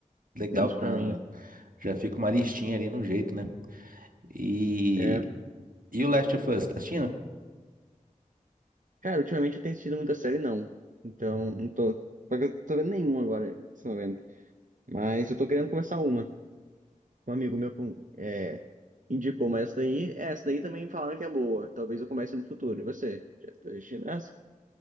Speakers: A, on the right; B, on the right.
A: legal
B: menos
A: ficar.
B: pra mim.
A: Já fica uma listinha ali no jeito, né? E,
B: É,
A: e o Last of Us, tá assistindo?
B: cara, ultimamente eu tenho assistido muita série, não. Então, não tô, só que eu tô vendo nenhuma agora, nesse momento. Mas eu tô querendo começar uma. Um amigo meu com- é, indicou, mas essa daí, essa daí também falaram que é boa. Talvez eu comece no futuro. E você? Já tá assistindo essa?